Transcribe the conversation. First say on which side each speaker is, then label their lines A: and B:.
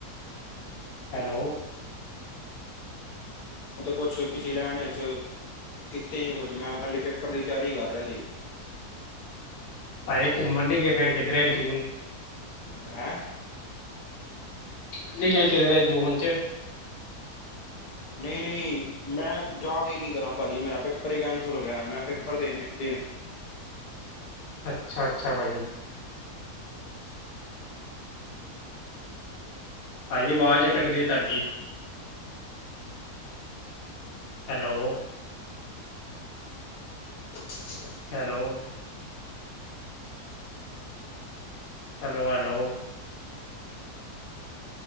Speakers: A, on the left (about 50°); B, on the left (about 80°).
A: ਹੈਲੋ?
B: ਤੇ ਕੁਛ ਕਿਸੇ ਲੈਣ ਚ। ਕਿਤੇ ਨ ਕੁਛ ਮੈਂ ਖਾਲੀ ਪੇਪਰ ਦੀ ਤਿਆਰੀ ਕਰ ਰਿਹਾ ਸੀ।
A: ਭਾਈ ਘੁੰਮਣ ਨਹੀਂ ਗਏ ਫੇਰ ਕਿੱਧਰੇ ਜੂਨ?
B: ਹੈਂ?
A: ਅਸੀਂ ਨਹੀਂ ਗਏ ਕਿਧਰੇ ਜੂਨ ਚ।
B: ਨਹੀਂ-ਨਹੀਂ ਮੈਂ ਜਾ ਕੇ ਕੀ ਕਰਾਂ ਭਾਜੀ ਮੇਰਾ ਪੇਪਰ ਹੀ ਕੈਂਸਲ ਹੋ ਗਿਆ ਮੈਂ ਪੇਪਰ ਦੇਣੇ ਦੇਣਾ।
A: ਅੱਛਾ-ਅੱਛਾ ਭਾਜੀ। ਭਾਜੀ ਆਵਾਜ਼ ਅਟਕ ਰਹੀ ਤੁਹਾਡੀ। ਹੈਲੋ?
B: ਅ
A: ਹੈਲੋ? Hello hello?